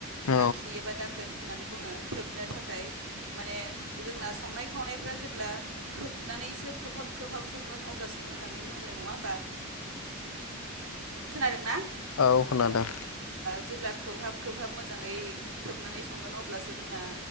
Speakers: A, on the left; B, on the right.
A: औ
B: दाखिनि एबा दागोन होननानै बुङो खोबनो थाखाय माने जोंना संनाय खावनायफ्रा जेब्ला खोबनानैसो खोबहाब खोबहाब संगोन अब्लासो मोजाङै मोनो नङा होमबा? खोनादों ना?
A: औ खोनादों
B: जेब्ला खोबहाब खोबहाब मोजाङै खोबनानै संगोन अब्लासो जोंना